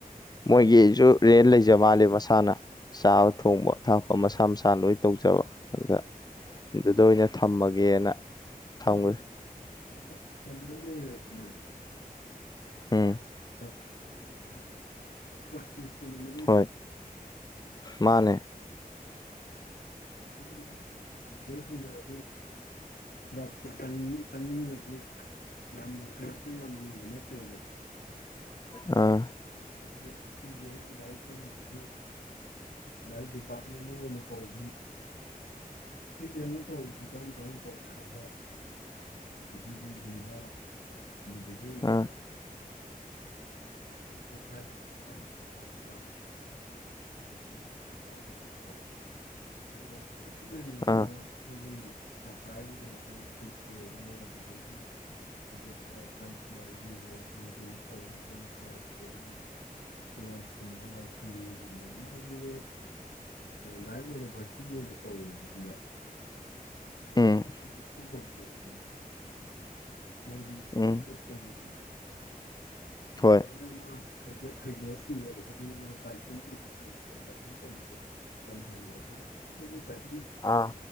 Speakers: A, on the left; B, on the left.
A: ꯃꯣꯏꯒꯤꯖꯨ ꯔꯦꯟ ꯂꯩꯖ ꯃꯥꯜꯂꯦ ꯃꯁꯥꯅ ꯆꯥꯕ ꯊꯣꯡꯕ ꯊꯥꯛꯄ ꯃꯁꯥ ꯃꯁꯥꯅ ꯂꯣꯏ ꯇꯧꯖꯕ ꯑꯗ ꯑꯗꯨꯗ ꯑꯣꯏꯅ ꯊꯝꯃꯒꯦꯅ ꯊꯝꯈ꯭ꯔꯦ
B: ꯇꯝꯕ ꯇꯝꯕ ꯂ‌ꯣꯏꯔꯗꯤꯅ‌ꯦ
A: ꯎꯝ
B: ꯄ꯭ꯔꯥꯛꯇꯤꯁ ꯐꯖꯟꯅ ꯇꯧꯍꯜꯂꯣ ꯄ꯭ꯔꯥꯛꯇꯤꯁ ꯇꯨꯅ‌ꯦ ꯃꯔꯨꯗꯤ
A: ꯍꯣꯏ ꯃꯥꯅꯦ
B: <inaudible> <unintelligible> ꯂꯛꯇ ꯆꯪꯅꯤꯡ ꯆꯪꯅꯤꯡꯗ꯭ꯔꯁꯨ ꯌꯥꯝꯅ <unintelligible> ꯌꯥꯝꯅ ꯂꯨꯕ ꯅꯠꯇꯦꯕ
A: ꯑ
B: ꯅꯪ ꯁꯤ ꯖꯤ ꯁꯤ ꯖꯤ ꯑꯦꯜꯒꯤ ꯗꯥꯏꯔꯦꯛ ꯆꯪꯗꯔꯖꯨ ꯗꯥꯢꯔꯦꯛ ꯗꯤꯄꯥꯔꯠꯃꯦꯟꯅ ꯑꯣꯏꯅ ꯀꯧꯕꯤ ꯁꯤ ꯖꯤ ꯑꯦꯜꯅ ꯀꯧꯔꯤꯖ‌ꯦ ꯀꯔꯝ ꯀꯔꯝ ꯀꯧꯒ‌ꯦ ꯍꯥꯏꯕꯗ ꯖꯤ ꯗꯤ ꯒꯨꯝꯕ ꯑꯗꯨꯗꯒꯤ
A: ꯑꯥ
B: ꯑꯗꯩ ꯑꯦ ꯁꯥꯏ ꯑꯦ ꯑꯦꯁ ꯑꯥꯏꯒꯤ ꯀꯧꯕ ꯑꯗꯨꯃꯥꯏꯅ ꯀꯧꯋꯦꯕꯀꯣ ꯑꯗꯨꯒ ꯇꯔꯦꯠꯃꯦꯟꯒꯨꯝꯕ
A: ꯑꯥ
B: ꯑꯈꯣꯏꯒꯤ ꯁꯐꯥꯏ ꯑꯣꯏꯕ ꯀꯨꯛ ꯑꯣꯏꯕ ꯑꯗꯨꯗꯒꯤ ꯑꯇꯣꯞꯄ ꯑꯥꯏ ꯇꯤ ꯑꯥꯏꯒꯤ ꯔꯦꯖꯕ‌ꯦꯡ ꯇꯧꯕ ꯆꯪꯉꯛ ꯄ ꯑꯗꯨꯗꯒꯤ ꯀꯂ꯭ꯔꯛ ꯀꯨꯝꯕ ꯄꯤ ꯑꯦ ꯒꯨꯝꯕ ꯃꯣꯏꯖꯤꯗꯤ ꯂꯥꯏꯔꯤꯛ ꯑꯣꯏꯅ ꯚꯔꯇꯤ ꯑꯣꯏꯅ ꯀꯧꯋꯦꯕ ꯈꯪꯕ꯭ꯔꯥ
A: ꯎꯝ
B: ꯑꯦꯁ ꯑꯦꯁꯒꯤ ꯊ꯭ꯔꯨ ꯀꯧꯗꯦꯕ ꯃꯣꯢꯖꯦ ꯃꯣꯏꯗꯤ ꯁꯔꯇꯤꯐꯤꯀꯦꯠ
A: ꯎꯝ
B: ꯆꯪꯉꯤꯗꯅ <unintelligible>
A: ꯍꯣꯏ
B: ꯑꯅ ꯃꯥ ꯍꯩꯖ ꯍꯩꯖ ꯁꯤꯡꯖꯔꯒꯗꯤ ꯃꯥ ꯇꯥꯏꯄꯤꯡꯒꯤꯗꯤ ꯇꯧꯗ꯭ꯔꯥ ꯇꯥꯏꯄꯤꯡ ꯇꯧꯕꯗꯣ ꯇꯝꯍꯜꯂ‌ꯣ ꯑꯗ‌ꯣ ꯑꯈ‌ꯣꯏꯒꯤ ꯇꯥꯏꯞꯄꯤꯡ
A: ꯑꯥ